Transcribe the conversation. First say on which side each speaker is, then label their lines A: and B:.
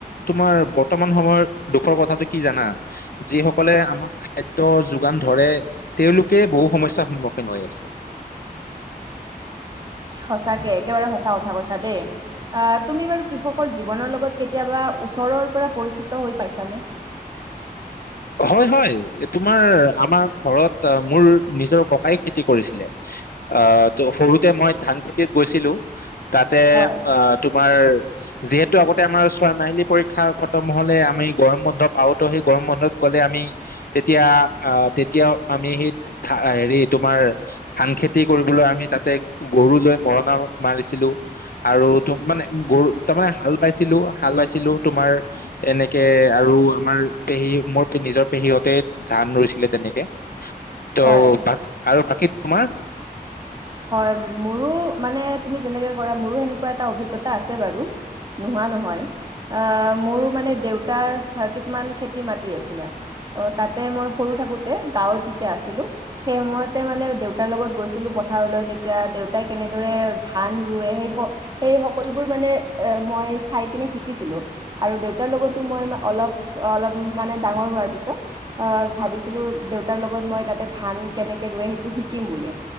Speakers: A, on the left (about 70°); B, on the right (about 25°).
A: তোমাৰ বৰ্তমান সময়ৰ দুখৰ কথাটো। কি জানা যিসকলে আমাক খাদ্য যোগান ধৰে তেওঁলোকে বহু সমস্যাৰ সন্মুখীন হৈ আছে।
B: সঁচাকে একেবাৰে সঁচা কথা কৈছা দেই আহ ', তুমি বাৰু কৃষকৰ জীৱনৰ লগত কেতিয়াবা ওচৰৰ পৰা পৰিচিত হৈ পাইছানে।
A: হয় -হয় তোমাৰ আমাৰ। ঘৰত মোৰ নিজৰ ককাই খেতি কৰিছিলে। আহ', ত সৰুতে মই। ধান খেতিত গৈছিলো তাতে
B: হয়
A: অহ ', তোমাৰ যিহেতু আগতে আমাৰ। হয়, মাহিলী পৰীক্ষা খতম হলে আমি গৰম বন্ধ। পাওতো সেই গৰম বন্ধত গলে আমি তেতিয়া আহ', তেতিয়া আমি সেইা হেৰি তোমাৰ ধান খেতি কৰিবলৈ আমি তাতে গৰু লৈ মৰণা মাৰিছিলো আৰু মানে গৰু তাৰমানানে হাল বাইছিলো- হাল বাইছিলো তোমাৰ এনেকে আৰু আমাৰ পেহী মোৰ নিজৰ পেহীহতে ধান ৰুইছিলে তেনেকে। ত'
B: হয়
A: ব আৰু বাকী তোমাৰ?
B: হয়, মোৰো মানে তুমি যেনেকে কৰা মোৰো সেনেকুৱা এটা অভিজ্ঞতা আছে বাৰু নোহোৱা নহয়। অহ ', মোৰ মানে দেউত তাৰ কিছুমান খেতি মাটি আছিলে অহ ', তাতে মই সৰু থাকোতে গাঁৱত যেতিয়া আছিলো সেই সময়তে মানে দেউতাৰ লগত গৈছিলো। প ল তেতিয়া দেউতাই কেনেদৰে ধান ৰুৱে সেই সেই সকলোবোৰ মানে মই চাই পিনে শিকিছিলো। আৰু দেউতাৰ লগতো মই অলপ -অলপ মানে ডাঙৰ হোৱাৰ পিছত ভাবিছিলো দেউতাৰ লগত মই তাতে ধান কেনেকে ৰুৱে সেইটো শিকিম বুলি।